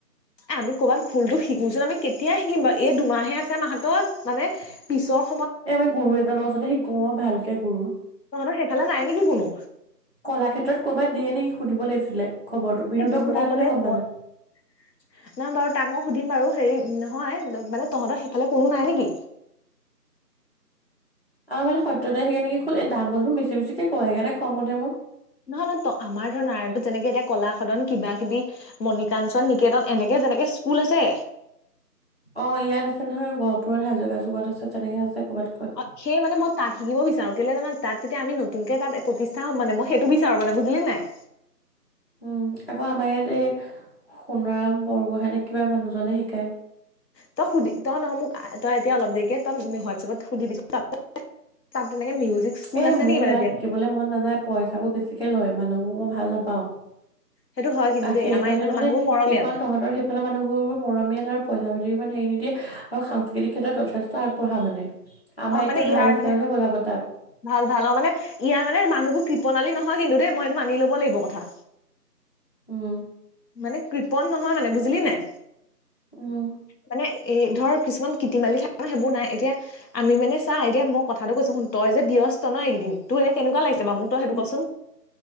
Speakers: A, on the left; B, on the left.
A: আমি কৰ'বাত খোলটো শি <unintelligible> আমি কেতিয়াই শিকিম বাৰু? এই দুমাহে আছে মাহাতত? মানে পিছত
B: এ আমি গুৰু এজনৰ ওচৰত শিকোঁ, ভালকে গুৰু।
A: তহঁতৰ সেইফালে নাই নেকি কোনো?
B: কলাক্ষেত্ৰত ক'ৰবাত দিয়ে নেকি সুধিব লাগিছিলে। খবৰটো বিনোদক
A: এ দিব
B: সোধাহেতেনে
A: কলে
B: গম পালে
A: বৰ- নাই বাৰু তাক মই সুধিম বাৰু। হেৰি নহয়, মানে তহঁতৰ সিফালে কোনো নাই নেকি?
B: অ' মানে সত্যদাই সেইয়া নেকি খোলে। এই দামবো দেখোন বেছি - বেছিকে কয়। সেইকাৰণে খং উঠে মোৰ।
A: নহয় - নহয়। ত- আমাৰ ধৰ নাৰায়ণপূৰত যেনেকে এতিয়া কলাসদন, কিবা-কিবি, মণিকাঞ্চন নিকেতন এনেকে যেনেকে স্কুল আছে
B: অ' ইয়াত আছে নহয়, গহপুৰত। হাজৰিকা চুকত আছে। তেনেকে আছে। ক'ৰবাত ক'ৰবাত
A: অ' সেই মানে মই তাত শিকিব বিচাৰোঁ। কেলে জানা, তাত তেতিয়া আমি নতুনকে তাত প্ৰতিষ্ঠা হ'ম মানে। মই সেইটো বিচাৰোঁ মানে। বুজিলিন নাই?
B: উম, আকৌ আমাৰ ইয়াত এই সোণাৰাম বৰগোহাঁই নে কিবা মানুহজনে শিকায়।
A: তই সুধি- তই নহয় মোক- তই এতিয়া অলপ দেৰিকে- তই হোৱাটছএপত সুধিবিচোন <unintelligible> তাত তেনেকে মিউজিক স্কুল
B: এ
A: আছে
B: মোৰ
A: নেকি মানে
B: ইয়াত শিকিবলৈ মন নাযায়। পইছাবোৰ বেছিকে লয়। মানুহবোৰ মই ভাল নাপাওঁ।
A: সেইটো হয় কিন্তু
B: অ'
A: দেই
B: এইফালে
A: আমাৰ এইফালৰ
B: মানে
A: মানুহবোৰ
B: সেইখন
A: মৰমীয়াল
B: তহঁতৰ সেইফালে মানুহবোৰ বৰ মৰমিয়াল আৰু পইচা-পাতিৰ ইমান হেৰি নিদিয়ে আৰু সাংস্কৃতিক ক্ষেত্ৰত যথেষ্ট আগবঢ়া মানে। আমাৰ
A: অ
B: ইয়াতকে
A: মানে
B: ভাল
A: ইয়াৰ মানে
B: চেওহে বজাব তাত।
A: ভাল - ভাল। অ' মানে ইয়াৰ মানে মানুহবোৰ কৃপনালী নহয় কিন্তু দেই। মই এইটো মানি ল'ব লাগিব কথা।
B: উম।
A: মানে কৃপন নহয় মানে বুজিলি নাই।
B: উম।
A: মানে এই ধৰ কিছুমান কীতিমালি থাকে ন সেইবোৰ নাই এতিয়া আমি মানে চা এতিয়া মই কথাটো কৈছো শুন তই যে ব্যস্ত ন এইকেইদিন টোৰ এতিয়া কেনেকোৱা লাগিছে। মোক তই সেইটো
B: উম,
A: কচোন।